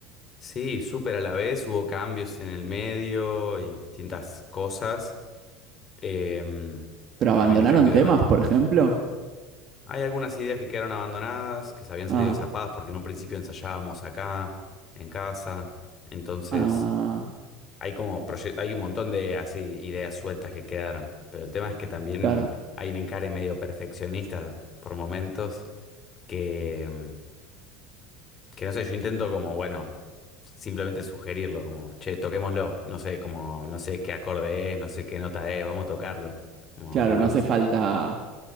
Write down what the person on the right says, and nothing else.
Pero
abandonaron
temas,
por ejemplo.
Ah,
ah,
claro,
claro,
no hace falta